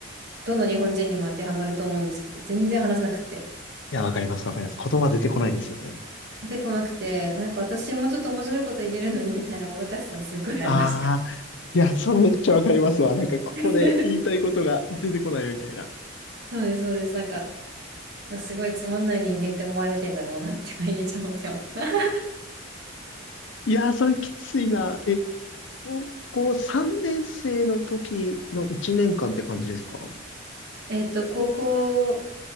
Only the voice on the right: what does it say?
どの日本人にも当てはまると思うんですけど、全然話せなくって。
出てこなくて、なんか私もうちょっと面白いこと言えるのにみたいなもどかしさはすっごいありました。
<laughs> そうです、そうです。なんか、すごいつまんない人間って思われてんだろうなって毎日思ってます。<laughs>
えっと、高校